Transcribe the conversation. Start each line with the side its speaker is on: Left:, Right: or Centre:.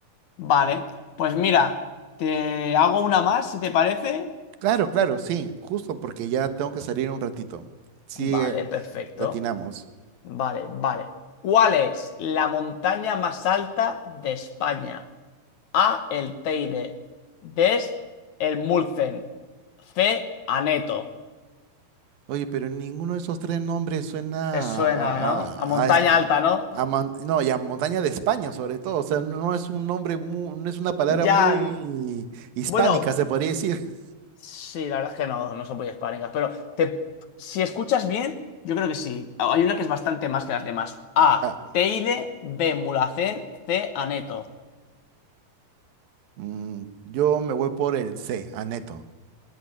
Left: Vale, pues mira, te hago una más si te parece.
Right: Claro, claro, sí, justo porque ya tengo que salir un ratito. Sí,
Left: Vale,
Right: eh,
Left: perfecto.
Right: latinamos.
Left: Vale, vale. ¿Cuál es la montaña más alta de España? A. El Teide. D El Mulzen. C. Aneto.
Right: Oye, pero ninguno de esos tres nombres suena
Left: Te suena,
Right: a, a,
Left: ¿no? A montaña
Right: a- a esp-
Left: alta, ¿no?
Right: A mon- no, y a montaña de España, sobre todo. O sea, no es un nombre mu- no es una palabra
Left: Ya.
Right: muy hispánica,
Left: Bueno,
Right: se podría decir. <laughs>
Left: sí, la verdad es que no, no son muy hispánicas, pero te, si escuchas bien, yo creo que sí. Hay una que es bastante más que las demás. A.
Right: Ah,
Left: Teide. B. Mulhacén. C. Aneto.
Right: mm, yo me voy por el C, Aneto.